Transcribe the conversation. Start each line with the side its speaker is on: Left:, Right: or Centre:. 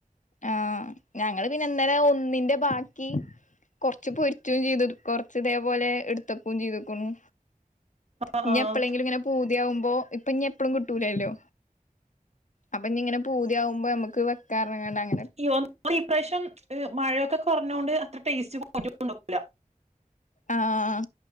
Left: ആഹ് ഞങ്ങള് പിന്നെ ഇന്നലെ ഒന്നിന്റെ ബാക്കി കുറച്ചു പൊരിച്ചു ചെയെത്തത് കുറച് ഇത് പോലെ ഇടുത്തുവെക്ക് ചെയെത്താക്കന്നു
Right: ആഹ്
Left: ഇനി
Right: ആഹ്
Left: എപ്പോഴെങ്കിലും പു ത്തി ആവുപോ ഇപ്പൊ ഇനി എപ്പോഴും കിട്ടില്ലലോ അപ്പൊ ഇനി ഇങ്ങനെ പുതി ആവുമ്പോൾ നമ്മുക്ക് വേകാന്ന് <unintelligible>
Right: <unintelligible> ഇപ്രാവശ്യം മഴയൊക്കെ കുറഞ്ഞോട് അത്ര ടെസ്റ്റ്‌ <unintelligible> <unintelligible>
Left: ആഹ്